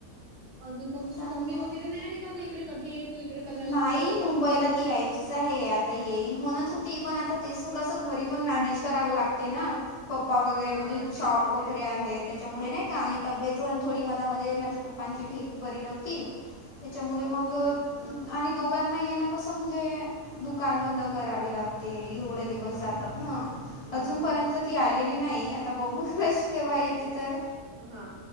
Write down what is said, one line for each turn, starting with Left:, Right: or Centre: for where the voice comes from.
Right: -अजून मग तुझी
Left: चांगलं
Right: मम्मी
Left: आहे
Right: वगैरे नाही आली का ग इकडे कधी तू इकडे? कल्याणला
Left: नाही
Right: राहते तर?
Left: मुंबईला ती याय <unintelligible> आता येईल म्हणत होती पण आता तेच कस घरी पण मॅनेज कराव लागते ना? पप्पा वगैरे
Right: हां,
Left: म्हणजे
Right: ते
Left: शॉप
Right: पण
Left: वगैरे
Right: आहे.
Left: आहेत. त्याच्यामुळे नाही का आणि तब्येत पन थोडी मधमध्ये माझ्या पप्पांची ठीक बरी नव्हती. त्याच्यामुळे
Right: अच्छा,
Left: मग
Right: अच्छा.
Left: आणि दोघांना येण कसं म्हणजे दुकान बंद करावी लागते एवढ दिवस
Right: हां,
Left: जात ना
Right: हां.
Left: अजून पर्यंत ती आलेली नही आता बघू कशी केव्हा येते तर.
Right: हा